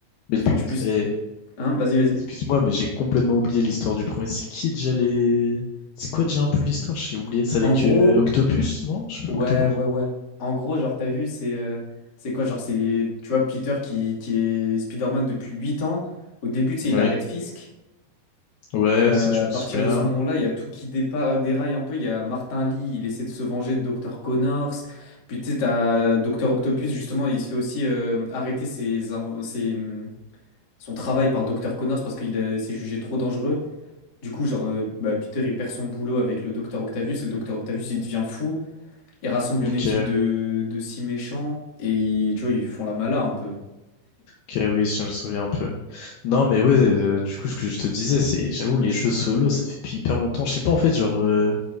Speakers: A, on the left; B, on the left.
A: Le
B: Mais
A: fait
B: par
A: que
B: contre,
A: tu puisses.
B: eh,
A: Hein, vas-y, vas-y.
B: excuse-moi, mais j'ai complètement oublié l'histoire du premier. C'est qui déjà les... C'est quoi déjà un peu l'histoire? J'ai oublié. C'est avec
A: En gros,
B: euh, Octopus, non? Je sais plus,
A: ouais,
B: Octopus.
A: ouais, ouais. En gros, genre, t'as vu, c'est. euh, C'est quoi, genre, c'est. Tu vois, Peter qui, qui est Spider-Man depuis 8 ans. Au début, tu sais, il
B: Oui.
A: arrête Fisk.
B: Ouais,
A: Euh,
B: ça je
A: à
B: me
A: partir
B: souviens.
A: de ce moment-là, il y a tout qui dépa- euh, déraille un peu. Il y a Martin Lee, il essaie de se venger de Dr. Connors. Puis tu sais, t'as Dr. Octopus, justement, il se fait aussi euh, arrêter ses, inv- ses, hum, son travail par Dr. Connors parce qu'il euh, s'est jugé trop dangereux. Du coup, genre, euh, bah, Peter, il perd son boulot avec le Dr. Octavius et le Dr. Octavius, il devient fou. Il rassemble
B: Ok.
A: une équipe de, de six méchants et tu vois, ils font la mala un peu.
B: Ok, oui, je me souviens un peu. Non, mais ouais, euh, du coup, ce que je te disais, c'est, j'avoue, les jeux solo, ça fait depuis hyper longtemps. Je sais pas, en fait, genre, euh,